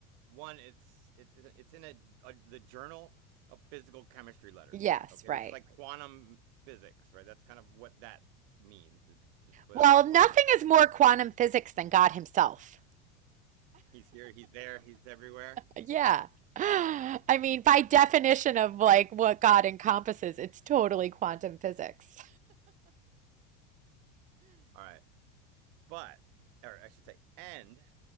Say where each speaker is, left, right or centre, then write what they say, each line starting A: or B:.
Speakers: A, on the right; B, on the right.
A: One, it's it's it's in a, a the journal of physical chemistry letters.
B: Yes,
A: Okay,
B: right.
A: which is like quantum physics, right? That's kind of what that means. It's just without
B: Well,
A: saying quantum,
B: nothing
A: right?
B: is more quantum physics than God himself.
A: He's here, he's there, he's everywhere.
B: Yeah. I mean, by definition of like what God encompasses, it's totally quantum physics.
A: All right. but or I should say, and